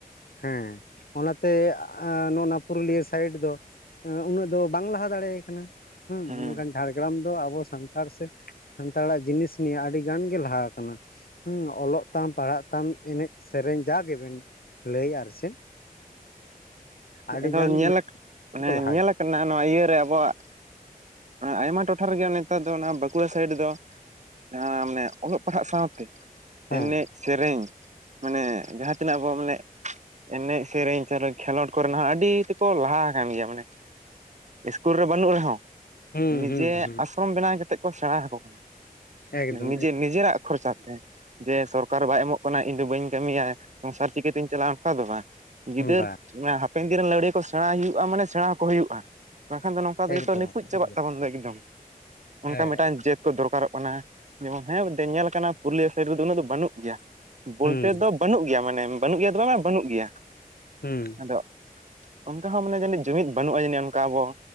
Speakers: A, on the left (about 80°); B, on the right (about 50°).
A: ᱦᱮᱸ ᱚᱱᱟᱛᱮ ᱱᱚᱜ ᱱᱚᱣᱟ ᱯᱩᱨᱩᱞᱤᱭᱟᱹ ᱥᱟᱭᱤᱰ ᱫᱚ ᱩᱱᱟᱹᱜ ᱫᱚ ᱵᱟᱝ ᱞᱟᱦᱟ ᱫᱟᱲᱮᱭᱟᱭ ᱠᱟᱱᱟ᱾ ᱦᱮᱸ
B: ᱦᱩᱸ
A: ᱢᱮᱱᱠᱷᱟᱱ ᱡᱷᱟᱲᱜᱨᱟᱢ ᱫᱚ ᱟᱵᱚ ᱥᱟᱱᱛᱟᱲ ᱥᱮ ᱥᱟᱱᱛᱟᱲᱟᱜ ᱡᱤᱱᱤᱥ ᱱᱤᱭᱮ ᱟᱹᱰᱤ ᱜᱟᱱ ᱜᱮ ᱞᱟᱦᱟ ᱟᱠᱟᱱᱟ᱾ ᱦᱮᱸ ᱚᱞᱚᱜ ᱛᱟᱢ, ᱯᱟᱲᱦᱟᱜ ᱛᱟᱢ, ᱮᱱᱮᱡ, ᱥᱮᱨᱮᱧ ᱡᱟᱜ ᱜᱮᱵᱮᱱ ᱞᱟᱹᱭ ᱟᱨ ᱪᱮᱫ ᱟᱹᱰᱤ
B: ᱦᱮᱸ ᱟᱫᱚ
A: ᱜᱟᱱ
B: ᱧᱮᱞ ᱢᱟᱱᱮ
A: ᱠᱚ ᱞᱟᱦᱟ
B: ᱧᱮᱞ
A: ᱜᱮᱭᱟ
B: ᱠᱟᱱᱟ ᱱᱚᱣᱟ ᱤᱭᱟᱹᱨᱮ ᱟᱵᱚᱣᱟᱜ ᱟᱭᱢᱟ ᱴᱚᱴᱷᱟ ᱨᱮᱜᱮ ᱱᱮᱛᱟᱨ ᱫᱚ ᱚᱱᱟ ᱵᱟᱸᱠᱩᱲᱟ ᱥᱟᱭᱤᱰ ᱫᱚ ᱡᱟᱦᱟᱸ ᱢᱟᱱᱮ ᱚᱞᱚᱜ ᱯᱟᱲᱦᱟᱜ ᱥᱟᱶᱛᱮ
A: ᱦᱮᱸ
B: ᱮᱱᱮᱡ ᱥᱮᱨᱮᱧ ᱢᱟᱱᱮ ᱡᱟᱦᱟᱸ ᱛᱤᱱᱟᱹᱜ ᱟᱵᱚ ᱢᱟᱱᱮ ᱮᱱᱮᱡ ᱥᱮᱨᱮᱧ ᱪᱚ ᱠᱷᱮᱞᱳᱰ ᱠᱚᱨᱮᱱ ᱦᱚᱸ ᱟᱹᱰᱤ ᱛᱮᱠᱚ ᱞᱟᱦᱟ ᱟᱠᱟᱱ ᱜᱮᱭᱟ ᱢᱟᱱᱮ ᱤᱥᱠᱩᱞ ᱨᱮ ᱵᱟᱹᱱᱩᱜ ᱨᱮᱦᱚᱸ
A: ᱦᱩᱸ
B: ᱱᱤᱡᱮ
A: ᱦᱩᱸ ᱦᱩᱸ
B: ᱟᱥᱨᱚᱢ ᱵᱮᱱᱟᱣ ᱠᱟᱛᱮ ᱠᱚ ᱥᱮᱬᱟ ᱟᱠᱚ ᱠᱟᱱᱟ᱾
A: ᱮᱠᱫᱚᱢ
B: ᱱᱤᱡᱮ ᱱᱤᱡᱮᱨᱟᱜ ᱠᱷᱚᱨᱪᱟ ᱛᱮ ᱡᱮ ᱥᱚᱨᱠᱟᱨ ᱵᱟᱭ ᱮᱢᱚᱜ ᱠᱟᱱᱟᱭ ᱤᱧ ᱫᱚ ᱵᱟᱹᱧ ᱠᱟᱹᱢᱤᱭᱟ ᱥᱚᱝᱥᱟᱨ ᱪᱤᱠᱟᱹᱛᱤᱧ ᱪᱟᱞᱟᱣ-ᱟ ᱚᱱᱠᱟ ᱫᱚ ᱵᱟᱝ
A: ᱦᱮᱸ
B: ᱜᱤᱫᱟᱹᱨ
A: ᱵᱟ
B: ᱦᱟᱯᱮᱸᱱ ᱫᱤᱱ ᱨᱮᱱ ᱞᱟᱹᱣᱲᱤᱭᱟᱹ ᱠᱚ ᱥᱮᱬᱟ ᱦᱩᱭᱩᱜ-ᱟ ᱢᱟᱱᱮ ᱥᱮᱬᱟ ᱟᱠᱚ ᱦᱩᱭᱩᱜ-ᱟ᱾ ᱵᱟᱝᱠᱷᱟᱱ ᱫᱚ ᱱᱚᱝᱠᱟ ᱚᱱᱠᱟᱫᱚ
A: ᱮᱠᱫᱚᱢ
B: ᱡᱚᱛᱚ ᱱᱤᱯᱩᱡ ᱪᱟᱵᱟᱜ
A: ᱮᱠᱫᱚᱢ
B: ᱛᱟᱵᱚᱱ ᱫᱚ ᱮᱠᱫᱚᱢ ᱚᱱᱠᱟ
A: ᱦᱮᱸ
B: ᱢᱤᱫᱴᱟᱝ ᱡᱟᱹᱛ ᱠᱚ ᱫᱚᱨᱠᱟᱨᱚᱜ ᱠᱟᱱᱟ᱾ ᱚᱱᱟ ᱡᱮᱢᱚᱱ ᱦᱮᱸ ᱧᱮᱞ ᱠᱟᱱᱟ ᱯᱩᱨᱩᱞᱤᱭᱟᱹ ᱥᱟᱭᱤᱰ ᱨᱮᱫᱚ ᱩᱱᱟᱹᱜ ᱫᱚ ᱵᱟᱹᱱᱩᱜ ᱜᱮᱭᱟ ᱵᱚᱞᱛᱮ
A: ᱦᱩᱸ
B: ᱫᱚ ᱵᱟᱹᱱᱩᱜ ᱜᱮᱭᱟ ᱢᱟᱱᱮ ᱵᱟᱹᱱᱩᱜ ᱜᱮᱭᱟ ᱫᱚ ᱵᱟᱝᱟ ᱵᱟᱹᱱᱩᱜ ᱜᱮᱭᱟ
A: ᱦᱮᱸ
B: ᱟᱫᱚ ᱚᱱᱠᱟ ᱦᱚᱸ ᱢᱟᱱᱮ ᱡᱟᱹᱱᱤᱡ ᱡᱩᱢᱤᱫ ᱵᱟᱹᱱᱩᱜ-ᱟ ᱡᱟᱹᱱᱤᱡ ᱚᱱᱠᱟ ᱟᱵᱚ